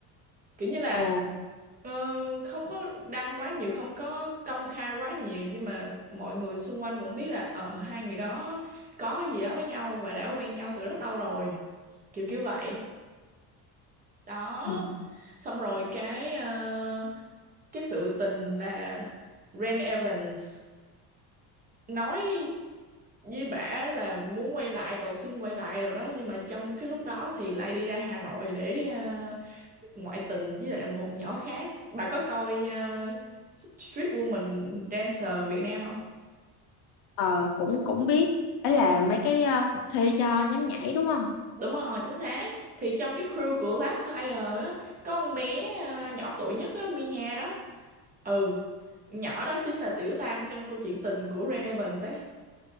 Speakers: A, on the right (about 20°); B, on the left (about 65°).
A: kiểu như là
B: Ờ
A: ờ, không có đăng quá nhiều không có công khai quá nhiều nhưng mà mọi người xung quanh vẫn biết là ờ, hai người đó có cái gì đó với nhau và đã quen nhau từ rất lâu rồi kiểu kiểu vậy đó
B: ừ.
A: xong rồi cái ờ, cái sự tình là Ren Evans nói với bả là muốn quay lại cầu xin quay lại rồi đó nhưng mà trong cái lúc đó thì lại đi ra Hà Nội để ờ, ngoại tình với lại một nhỏ khác bà có coi ờ, Street Woman Dancer Việt Nam không
B: ờ, cũng cũng biết ấy là mấy cái ờ, cuộc thi cho nhóm nhảy đúng không?
A: đúng rồi chính xác thì trong cái crew của Last Fire á có con bé ờ, nhỏ tuổi nhất á Mia đó ừ nhỏ đó chính là tiểu tam trong câu chuyện tình của Ren Evans ấy